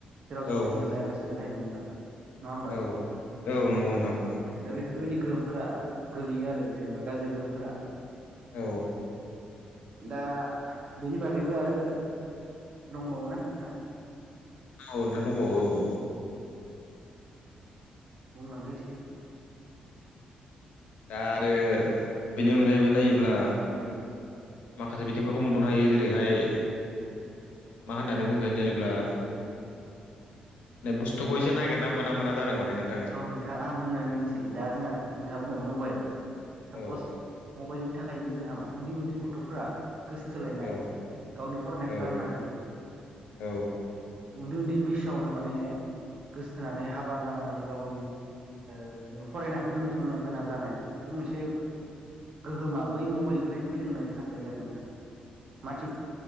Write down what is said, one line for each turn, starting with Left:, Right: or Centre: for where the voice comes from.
Right: जेराव जों
Left: औ
Right: भिडिअ' नायालासिनो थायोमोनबा। नङा होमबा
Left: औ औ नंगौ नोंथां।
Right: दा बेफोरबायदि गोहोमफोरा गोलैयो आरो जेनेबा गाज्रि गोहोमफोरा।
Left: औ
Right: दा बेनि बागैबो आरो दंबावोना नोंथां
Left: औ नोंथां दंबावो औ
Right: बुंलांदो एसे
Left: दा आरो बेनि अनगायैबो नायोब्ला माखासे बिथिंफोरखौ मोनबावनो हायो जेरैहाय मा होननानै बुंगोन जेनेब्ला नै बुस्थुखौ एसे नागिरना मोना मोना जादों माने नों
Right: औ नोंथाङा आं बुंनानै होनोसै दा जोंहा नोंथाङा बुंबाय मबाइल सापस
Left: औ
Right: मबाइलनि थाखायनो जोंहा मा उन्दै उन्दै गथ'फोरा गोसोथोलायनाय
Left: औ
Right: गावनि फरायनायखौ
Left: औ
Right: गारनानै
Left: औ
Right: उन्दै उन्दै बैसोआवनो माने गोसथोनानै हाबा जानानै गावनि ओ जेनेबा फरायनाखौ दोनथ'नो गोनां जानाय बेफोर मोनसे गोहोमा बै मबाइलनिफ्रायनो फैदों होननानै सानजायो आरो नोंथां मा थिक